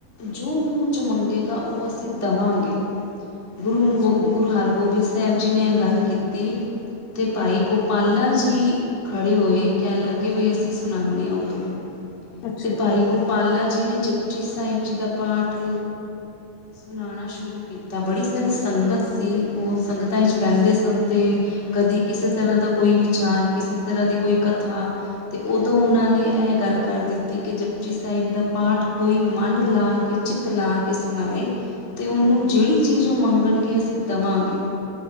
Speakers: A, on the left; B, on the left.
A: ਜੋ ਮੂੰਹ ਚ ਮੰਗ ਗੇਗਾ, ਉਹ ਅਸੀਂ ਦਵਾਂਗੇ ।ਗੁਰੂ
B: ਅੱਛਾ
A: ਗੋ, ਗੁਰੂ ਹਰਗੋਬਿੰਦ ਸਾਹਿਬ ਜੀ ਨੇ ਇਹ ਗੱਲ ਕੀਤੀ। ਤੇ ਭਾਈ ਗੋਪਾਲਾ ਜੀ ਖੜੇ ਹੋਏ, ਕਹਿਣ ਲੱਗੇ ਬਈ ਅਸ ਸੀਂ ਸੁਣਾਉਦੇ ਹਾਂ ਉਦੋਂ ।
B: ਅੱਛਾ
A: ਤੇ ਭਾਈ
B: ਜੀ
A: ਗੋਪਾਲਾ ਜੀ ਨੇ ਜਪਜੀ ਸਾਹਿਬ ਜੀ ਦਾ ਪਾਠ ਸੁਨਾਣਾ ਸ਼ੁਰੂ ਕੀਤਾ । ਬੜੀ- ਸਾਰੀ ਸੰਗਤ ਸੀ, ਉਹ ਸੰਗਤਾਂ ਵਿੱਚ ਬਹਿੰਦੇ ਸਨ ਤੇ ਕਦੀ ਕਿਸੇ ਤਰ੍ਹਾਂ ਦਾ ਕੋਈ ਵਿਚਾਰ ਕਿਸੇ ਤਰ੍ਹਾਂ ਦੀ ਕੋਈ ਕਥਾ ਤੇ ਉਦੋਂ ਉਹਨਾਂ ਨੇ ਇਹ ਗੱਲ ਕਰ ਦਿੱਤੀ। ਕਿ ਜਪਜੀ ਸਾਹਿਬ ਦਾ ਪਾਠ ਕੋਈ ਮਨ ਲਾ ਕੇ, ਚਿੱਤ ਲਾ ਕੇ ਸੁਨਾਏ ਤੇ ਉਨੂੰ ਜੇੜੀ ਚੀਜ਼ ਓ ਮੰਗਣਗੇ ਅਸੀਂ ਦਵਾਂਗੇ